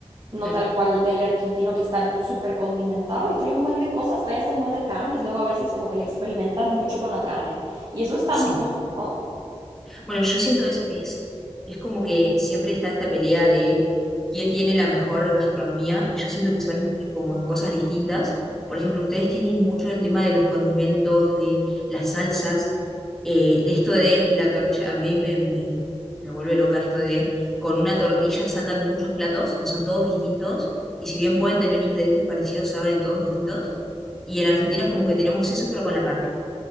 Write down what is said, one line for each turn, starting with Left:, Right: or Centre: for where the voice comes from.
Right: no
Centre: claro,
Right: tal cual del argentino que está súper condimentado y trae un buen de cosas, trae hasta un buen de carnes. Luego a veces como que le experimentan mucho con la carne y eso está
Centre: sí.
Right: muy rico.
Centre: Bueno, yo siento eso que es, es como que siempre está esta pelea de quién tiene la mejor gastronomía y yo siento que son como en cosas distintas. Por ejemplo, ustedes tienen mucho del tema de los condimentos, de las salsas, eh, de esto de la tortilla. A mí me, me, me vuelve loca esto de con una tortilla sacan muchos platos que son todos distintos y si bien pueden tener ingredientes parecidos, saben todos distintos. Y en Argentina es como que tenemos eso, pero con la carne.